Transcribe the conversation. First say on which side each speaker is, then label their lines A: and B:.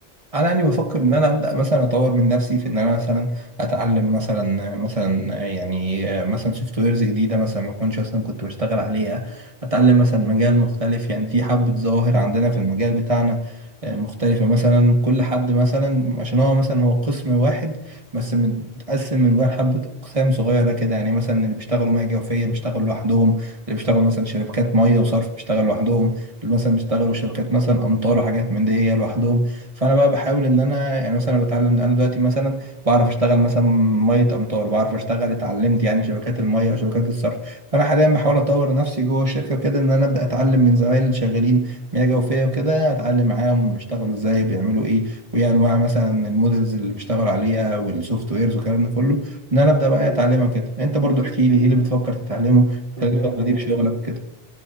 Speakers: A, on the right; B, on the right.
A: انا يعني بفكر ان انا ابدا مثلا اطور من نفسي في ان انا مثلا اتعلم مثلا مثلا يعني مثلا سوفت ويرز جديده مثلا ما كنتش اصلا كنت بشتغل عليها اتعلم مثلا مجال مختلف يعني في حبه ظواهر عندنا في المجال بتاعنا آه، مختلفه مثلا كل حد مثلا عشان هو مثلا هو قسم واحد بس متقسم من جوه حبه اقسام صغيره كده يعني مثلا اللي بيشتغلوا ميه جوفيه بيشتغلوا لوحدهم اللي بيشتغلوا مثلا شركات ميه وصرف بيشتغلوا لوحدهم اللي مثلا بيشتغلوا شركات مثلا امطار وحاجات من دي لوحدهم فانا بقى بحاول ان انا يعني مثلا أنا بتعلم انا دلوقتي مثلا بعرف اشتغل مثلا ميه امطار بعرف اشتغل اتعلمت يعني شبكات الميه وشبكات الصرف فانا حاليا بحاول اطور نفسي جوه الشركه كده ان انا ابدا اتعلم من زمايلي اللي شغالين مياه جوفيه وكده اتعلم معاهم بيشتغلوا ازاي بيعملوا ايه وايه انواع مثلا المودلز اللي بيشتغلوا عليها والسوفت ويرز والكلام ده كله ان انا ابدا بقى اتعلمها كده انت برضو احكي لي ايه اللي بتفكر تتعلمه
B: طب
A: خلال
B: جامد
A: الفتره
B: والله
A: دي في شغلك كده